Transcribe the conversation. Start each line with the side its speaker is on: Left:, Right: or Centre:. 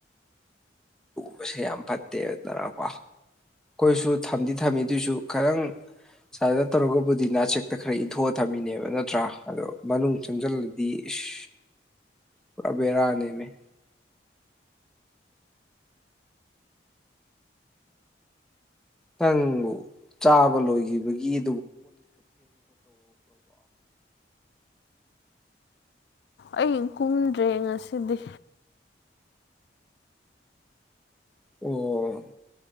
Centre: ꯇꯨꯝꯕꯁꯦ ꯌꯥꯝ ꯐꯠꯇꯦꯅꯀꯣ ꯑꯩꯈꯣꯏꯁꯨ ꯊꯝꯗꯤ ꯊꯝꯃꯤꯗꯨꯏꯁꯨ ꯈꯤꯇꯪ ꯁꯨꯃꯥꯏꯗ ꯇꯧꯔꯒꯕꯨꯗꯤ ꯅꯥꯆꯦꯛꯇ ꯈꯔ ꯏꯟꯊꯣꯛꯑ ꯊꯝꯃꯤꯅꯦꯕ ꯅꯠꯇ꯭ꯔꯥ ꯑꯗꯣ ꯃꯅꯨꯡ ꯆꯪꯁꯤꯜꯂꯗꯤ ꯏꯁ ꯄꯨꯔꯥ ꯕꯦꯔꯥꯅꯦꯃꯤ ꯇꯪꯉꯨ ꯆꯥꯕ ꯂꯣꯏꯈꯤꯕꯒꯤ
Left: ꯑꯩ ꯀꯨꯝꯗ꯭ꯔꯦ ꯉꯁꯤꯗꯤ
Centre: ꯑꯣ